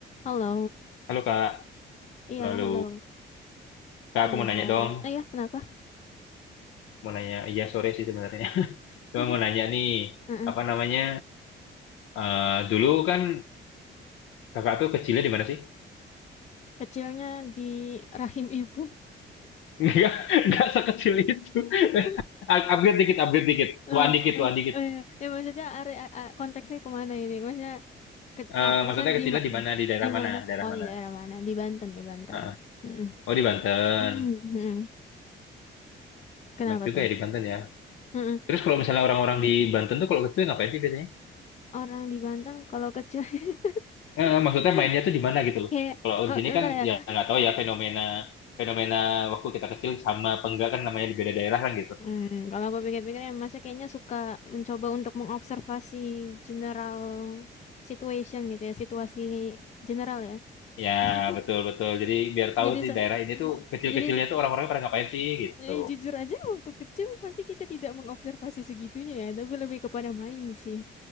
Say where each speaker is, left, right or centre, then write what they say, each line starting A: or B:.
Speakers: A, on the left; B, on the left.
A: Halo,
B: Halo Kak,
A: iya
B: halo, halo.
A: halo.
B: Kak, aku
A: Udah
B: mau nanya
A: sore.
B: dong,
A: Eh ya, kenapa?
B: mau nanya, iya sore sih sebenarnya. <laughs> Cuma
A: <laughs>
B: mau nanya nih,
A: Heeh.
B: apa namanya, eh, dulu kan kakak tuh kecilnya di mana sih?
A: Kecilnya di rahim ibu.
B: <laughs> Enggak, enggak sekecil itu. <laughs>
A: <laughs>
B: Up- Upgrade dikit, upgrade dikit, tuan
A: Eh,
B: dikit,
A: eh,
B: tuan dikit.
A: eh, ya Ya, maksudnya are- a- a- konteksnya kemana ini? Maksudnya ke,
B: Eh,
A: ar- maksudnya
B: maksudnya kecilnya
A: di ma-
B: di mana, di daerah
A: di
B: mana,
A: mana?
B: daerah
A: Oh
B: mana?
A: di daerah mana? Di Banten, di Banten.
B: Heeh.
A: Mm-mm.
B: Oh di Banten,
A: mm Kenapa
B: enak juga
A: tuh?
B: ya di Banten ya.
A: mm
B: Terus kalau misalnya orang-orang di Banten tuh kalau kecil ngapain sih biasanya?
A: Orang di Banten kalau kecil <laughs>
B: eh, eh, maksudnya mainnya tuh di mana gitu loh.
A: kayak
B: Kalau
A: kalau
B: di sini kan
A: ntar ya.
B: ya nggak tahu ya fenomena fenomena waktu kita kecil sama apa enggak kan namanya di beda daerah kan gitu.
A: Hmm, kalau aku pikir-pikir ya masa kayaknya suka mencoba untuk mengobservasi general situation gitu ya, situasi general ya.
B: Ya
A: <laughs>
B: betul betul. Jadi biar tahu
A: Jadi
B: sih
A: so,
B: daerah ini tuh kecil-kecilnya
A: jadi
B: tuh orang orangnya pada ngapain sih gitu.
A: jadi jujur aja waktu kecil pasti kita tidak mengobservasi segitunya ya, tapi lebih kepada main sih.